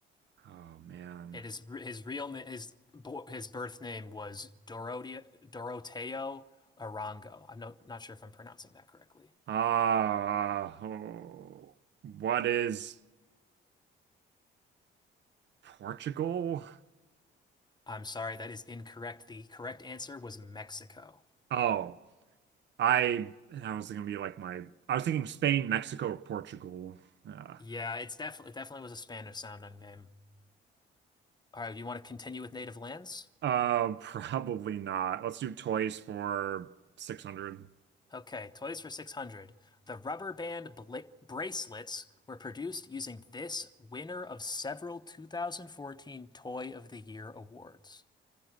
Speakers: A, on the right; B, on the left.
A: Oh man.
B: It is his real name. His bo- his birth name was Dorotea Doroteo Arango. I'm not not sure if I'm pronouncing that correctly.
A: Ah, oh, what is Portugal?
B: I'm sorry, that is incorrect. The correct answer was Mexico.
A: Oh, I I was gonna be like my I was thinking Spain, Mexico, or Portugal. Uh,
B: Yeah, it's definitely it definitely was a Spanish sounding name. All right, you want to continue with native lands?
A: uh <laughs> probably not. Let's do toys for 600.
B: Okay, toys for 600. The rubber band bla bracelets were produced using this winner of several 2014 Toy of the Year awards.